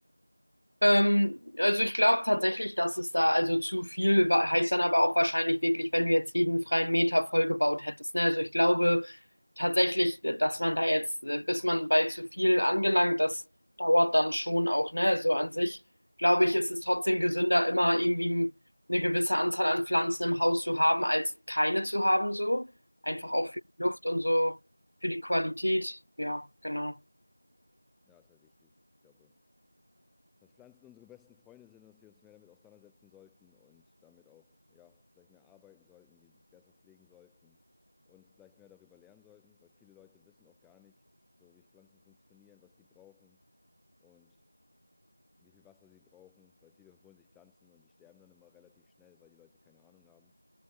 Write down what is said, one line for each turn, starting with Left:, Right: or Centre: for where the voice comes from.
Left: Ähm, also ich glaube tatsächlich, dass es da also zu viel war, heißt dann aber auch wahrscheinlich wirklich, wenn du jetzt jeden freien Meter vollgebaut hättest. Ne? Also ich glaube tatsächlich, dass man da jetzt, äh, bis man bei zu viel angelangt, das dauert dann schon auch. Ne? So an sich glaube ich, ist es trotzdem gesünder, immer irgendwie eine gewisse Anzahl an Pflanzen im Haus zu haben, als keine zu haben. So einfach
Centre: Mhm.
Left: auch für die Luft und so für die Qualität. Ja, genau.
Centre: Ja, ist halt wichtig, ich glaube. dass Pflanzen unsere besten Freunde sind und dass wir uns mehr damit auseinandersetzen sollten und damit auch, ja, vielleicht mehr arbeiten sollten, die besser pflegen sollten und vielleicht mehr darüber lernen sollten, weil viele Leute wissen auch gar nicht, so wie Pflanzen funktionieren, was die brauchen und wie viel Wasser sie brauchen, weil viele holen sich Pflanzen und die sterben dann immer relativ schnell, weil die Leute keine Ahnung haben.